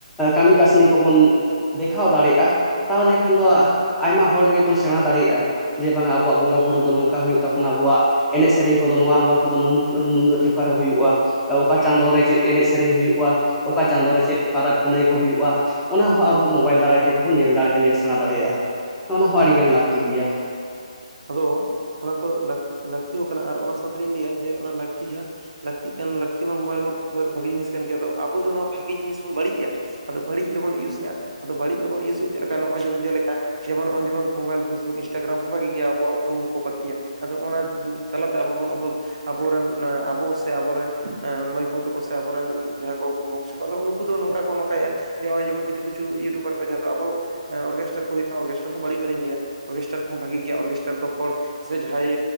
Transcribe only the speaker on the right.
ᱦᱩᱸ
ᱦᱩᱸ ᱦᱩᱸ
ᱦᱩᱸ
ᱦᱩᱸ
ᱦᱩᱸ
ᱦᱩᱸ
ᱦᱩᱸ
ᱦᱩᱸ
ᱟᱫᱚ ᱚᱱᱟ ᱠᱚ ᱞᱟᱹᱠ ᱞᱟᱹᱠᱛᱤ ᱦᱚᱸ ᱠᱟᱱᱟ ᱟᱨ ᱚᱱᱟ ᱥᱟᱶᱛᱮ ᱞᱤᱧ ᱞᱟᱹᱭᱟ ᱡᱮ ᱚᱱᱟ ᱞᱟᱹᱠᱛᱤ ᱡᱟᱦᱟᱸ ᱞᱟᱹᱠᱛᱤ ᱠᱟᱱ ᱞᱟᱹᱠᱛᱤ ᱢᱟ ᱢᱳᱵᱟᱭᱤᱞ ᱢᱟ ᱠᱷᱩᱵ ᱵᱷᱟᱜᱤ ᱡᱤᱱᱤᱥ ᱠᱟᱱ ᱜᱮᱭᱟ ᱟᱵᱚ ᱫᱚ ᱱᱚᱣᱟ ᱵᱷᱟᱜᱤ ᱡᱤᱱᱤᱥ ᱵᱚᱱ ᱵᱟᱹᱲᱤᱡᱮᱜᱼᱟ ᱾ ᱟᱫᱚ ᱵᱟᱹᱲᱤᱡ ᱨᱮᱵᱚᱱ ᱤᱭᱩᱥ ᱮᱫᱼᱟ ᱟᱫᱚ ᱵᱟᱹᱲᱤᱡ ᱨᱮᱵᱚᱱ ᱤᱭᱩᱡ ᱮᱫ ᱪᱮᱫ ᱞᱮᱠᱟ ᱱᱚᱜᱼᱚᱭ ᱡᱮᱚᱱ ᱡᱮ ᱞᱮᱠᱟ ᱡᱮᱢᱚᱱ ᱱᱚᱜᱼᱚᱭ ᱡᱮᱚᱱ ᱢᱳᱵᱟᱭᱤᱞ ᱯᱷᱮᱥᱵᱩᱠ ᱤᱱᱫᱴᱨᱜᱨᱟᱡᱱ ᱦᱚᱸ ᱵᱷᱟᱜᱤ ᱜᱮᱭᱟ ᱟᱵᱚᱣᱟᱜ ᱩᱯᱨᱩᱢ ᱠᱚ ᱵᱟᱹᱲᱛᱤᱭᱟ ᱟᱫᱚ ᱚᱱᱟ ᱛᱟᱞᱟᱛᱮ ᱟᱵᱚ ᱵᱚᱱ ᱟᱵᱚ ᱟᱵᱚᱨᱮᱱ ᱟᱵᱚ ᱥᱮ ᱟᱵᱚᱨᱮᱱ ᱢᱟᱹᱭ ᱵᱟᱹᱩ ᱛᱟᱠᱚ ᱥᱮ ᱟᱵᱚ ᱨᱮᱱ ᱡᱟᱦᱟᱸᱭ ᱠᱚ ᱵᱚᱝᱥᱚ ᱠᱚᱫ ᱫᱚ ᱩᱱᱠᱩ ᱫᱚ ᱱᱚᱝᱠᱟ ᱱᱚᱝᱠᱟᱭᱮᱡᱜᱼᱟ, ᱡᱮ ᱠᱪᱷᱩ ᱠᱤᱪᱷᱩ ᱤᱭᱩᱴᱩᱵᱟᱨ ᱠᱚ ᱡᱟᱦᱟᱸ ᱫᱚ ᱟᱵᱚ ᱚᱨᱜᱮᱥᱴᱟᱨ ᱠᱚ ᱦᱩᱭᱩᱜ ᱠᱟᱱᱟ ᱚᱨᱜᱮᱥᱴᱟᱨ ᱦᱚᱸ ᱵᱟᱹᱲᱤᱡ ᱵᱟᱝ ᱞᱤᱧ ᱞᱟ. ᱭᱟ ᱚᱨᱜᱮᱥᱴᱟᱨ ᱠᱚᱦᱚᱸ ᱵᱷᱟᱹᱜᱤ ᱜᱮᱭᱟ ᱚᱨᱜᱮᱥᱴᱟᱨ ᱫᱚ ᱦᱚᱲ ᱥᱮ ᱡᱟᱦᱟᱸᱭ